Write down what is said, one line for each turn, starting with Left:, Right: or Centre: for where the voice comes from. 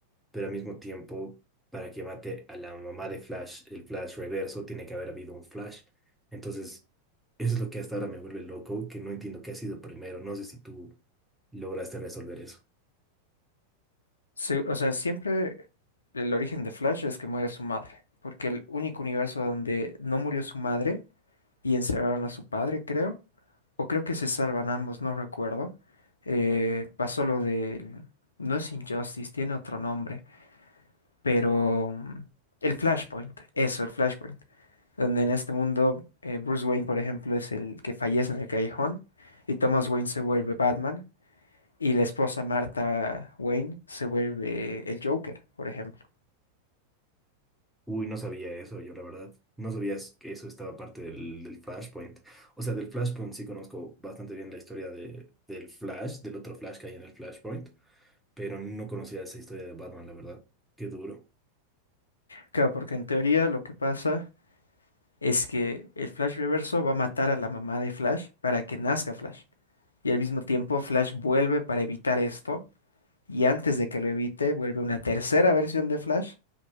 Centre: Pero al mismo tiempo, para que mate a la mamá de Flash, el Flash reverso, tiene que haber habido un Flash. Entonces, eso es lo que hasta ahora me vuelve loco, que no entiendo qué ha sido primero. No sé si tú lograste resolver eso.
Left: Se- o sea, siempre el origen de Flash es que muere su madre, porque el único universo donde no murió su madre y encerraron a su padre, creo. O creo que se salvan ambos, no recuerdo. Eh, pasó lo del... No es Injustice, tiene otro nombre, pero... mm, El Flashpoint, eso, el Flashpoint. Donde en este mundo eh, Bruce Wayne, por ejemplo, es el que fallece en el callejón y Thomas Wayne se vuelve Batman y la esposa Martha Wayne se vuelve el Joker, por ejemplo.
Centre: Uy, no sabía eso, yo la verdad. No sabías que eso estaba parte del, del Flashpoint. O sea, del Flashpoint sí conozco bastante bien la historia de, del Flash, del otro Flash que hay en el Flashpoint pero no conocía esa historia de Batman, la verdad. Qué duro.
Left: Claro, porque en teoría lo que pasa es que el Flash Reverso va a matar a la mamá de Flash para que nazca Flash. y al mismo tiempo Flash vuelve para evitar esto y antes de que lo evite vuelve una tercera versión de Flash